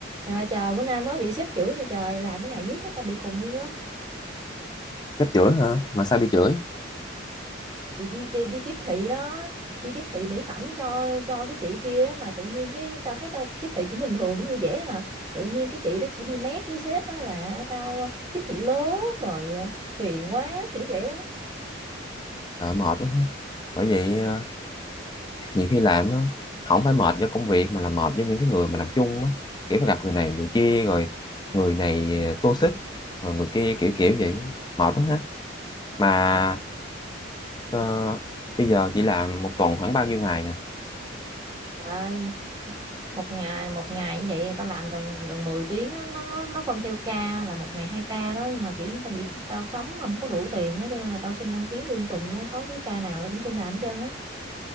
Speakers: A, on the right; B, on the left.
A: Trời trời bữa nay mới bị xếp chữ này trời làm cái này riết chắc tao bị khùng luôn á.
B: sếp chửi hả mà sao bị chửi
A: Chị đi, đi đi tiếp thị đó, đi tiếp thị mỹ phẩm cho cho cái chị kia đó mà tự nhiên cái tao thấy tao tiếp thị cũng bình thường cũng vui vẻ à. Tự nhiên cái chị đó chỉ đi mét với sếp á là tao tiếp thị lố rồi à, phiền quá kiểu vậy đó.
B: Trời mệt quá ha. bởi vậy ờ, nhiều khi làm á không phải mệt do công việc mà là mệt do những cái người mà làm chung á kiểu phải gặp người này người kia rồi người này ờ, toxic rồi người kia kiểu kiểu vậy mệt quá ha mà ờ, bây giờ chị làm một tuần khoảng bao nhiêu ngày nhỉ
A: Trời, một ngày một ngày như vậy tao làm gần gần 10 tiếng á, nó nó nó phân theo ca là một ngày hai ca đó nhưng mà kiểu tao bị tao sống không có đủ tiền á cho nên là tao xin đăng ký nguyên tuần luôn á, có cứ ca nào tao cũng xin làm hết trơn á.